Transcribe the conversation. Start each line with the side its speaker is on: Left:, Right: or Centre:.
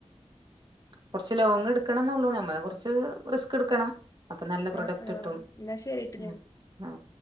Right: കൊറച്ചു ലോങ് എടുക്കണംന്നൊള്ളൂ ന മ്മള് കൊർച്ച് റിസ്ക് എടുക്കണം അപ്പൊ നല്ല പ്രൊഡക്റ്റ്
Left: ആ ആഹ്
Right: കിട്ടും
Left: എന്നാ ശരിട്ടില്ലേ
Right: ഉം ആഹ്